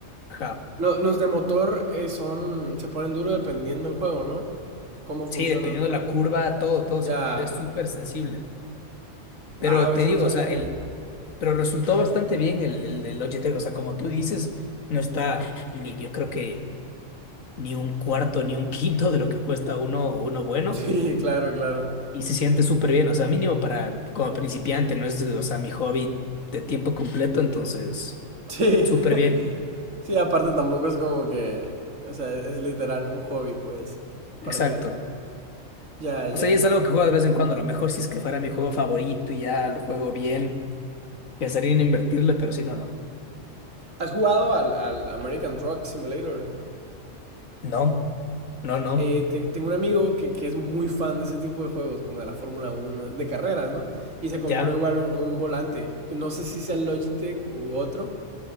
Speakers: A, on the left; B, on the right.
A: Ajá,
B: Lo- los de motor eh, son... se ponen duro dependiendo del juego, ¿no? Cómo funciona
A: sí, dependiendo
B: el juego.
A: de la curva, todo, todo
B: Ya.
A: se- es súper sensible.
B: Wow,
A: Pero te
B: eso
A: digo,
B: no sabía,
A: o sea, el,
B: ¿eh?
A: Pero resultó bastante bien el, el de Logitech. O sea, como tú dices, no está ni yo creo que ni un cuarto ni un <laughs> quinto de lo que cuesta uno, uno bueno.
B: <laughs> Sí, claro, claro.
A: Y se siente súper bien. O sea, mínimo para como principiante, no es, o sea, mi hobby de tiempo completo. Entonces,
B: Sí,
A: súper
B: <laughs>
A: bien.
B: sí, aparte tampoco es como que, o sea, es literal un hobby, pues, para
A: Exacto.
B: ti. Ya, ya.
A: O sea, y es algo que juego de vez en cuando. A lo mejor si es que fuera mi
B: Ujú.
A: juego favorito y ya lo juego bien, pensaría en invertirle, pero si no, no.
B: ¿Has jugado al, al American Truck Simulator?
A: No, no, no.
B: Eh, te- tengo un amigo que, que es muy fan de ese tipo de juegos, como de la Fórmula Uno, de carreras, ¿no? Y se
A: Ya.
B: compró igual un, un volante, que no sé si sea el Logitech u otro,